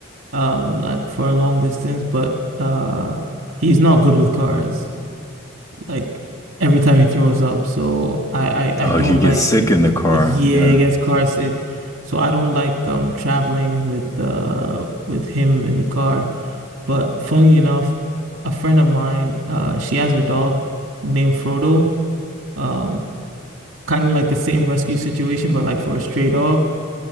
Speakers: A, on the right; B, on the left.
A: um, like for a long distance, but uh he's not good with cars. Like every time he throws up. So I I,
B: Oh,
A: I don't
B: he gets
A: like
B: sick
A: y-
B: in the car.
A: yeah,
B: Yeah.
A: he gets car sick. So I don't like um traveling with uh with him in the car. But funny enough, a friend of mine, uh she has a dog named Frodo. Um, kind of like the same rescue situation, but like for a stray dog.